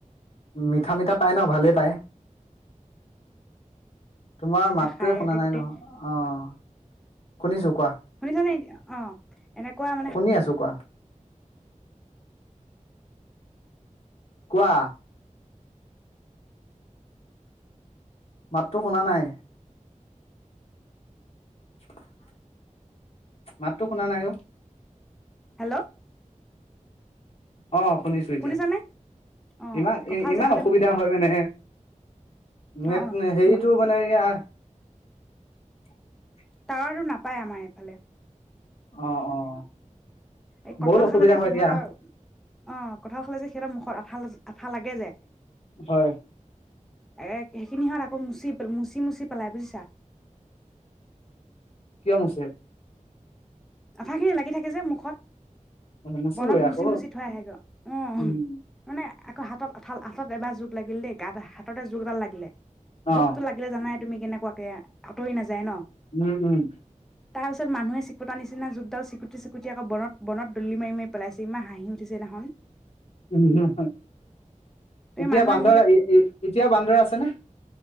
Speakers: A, on the left; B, in the centre.
A: মিঠা মিঠা পাই ন ভালেই পায়। তোমাৰ মাতটোয়ে
B: খাই
A: শুনা
B: গোটেই
A: নাই নহয়। অ ', শুনিছো কোৱা।
B: শুনিছানে অ এনেকুৱা মানে
A: শুনি আছো কোৱা। কোৱা। মাততো শুনা নাই। <unintelligible> মাততো শুনা নাই, অ'।
B: হেল্ল'
A: অ', শুনিছো এতিয়া।
B: শুনিছানে অ
A: ইমান
B: কঁঠাল
A: ইমান
B: যে খালে
A: অসুবিধা
B: মোক
A: হয় মানে নেট
B: অ
A: হেৰিটো
B: অ
A: মানে এয়া <unintelligible>
B: টাৱাৰটো নাপায় আমাৰ এইফালে
A: অ', অ',
B: এই
A: বহুত
B: কঁঠাল
A: অসুবিধা
B: খালে যে,
A: হয়
B: সিহঁতৰ
A: দিয়া
B: অ', কঁঠাল খালে যে সিহঁতৰ মুখত আঠাল আঠা লাগে যে
A: হয়।
B: এ সেইখিনি হত আকৌ মুচি, মুচি, মুচি পেলাই বুজিছা।
A: কিয় মুছে?
B: আঠাখিনি লাগি থাকে যে মুখত
A: মুচিবই
B: বনত
A: আকৌ
B: মুচি মুচি থৈ আহেগৈ অহ
A: উম
B: মানে আকৌ হাতত আঠাল হাতত এবাৰ জোক লাগিল দেই গাতে হাততে জোক এডাল লাগিলে।
A: অ
B: জুকটো লাগিলে জানাই তুমি কেনেকুৱাকে আতৰি নাযায় ন
A: উম উম
B: তাৰ পিছত মানুহে ফুটা নিচিনা জোকডাল চিকুটি চিকুটি আক বনত বনত দলি মাৰি মাৰি পেলাইছেহি ইমান হাঁহি উঠিছে সেইনাখন
A: উম হ
B: তুমি
A: এতিয়া
B: মানুহে
A: বান্দৰ
B: যেনেকে
A: এতিয়াও বান্দৰ আছেনে।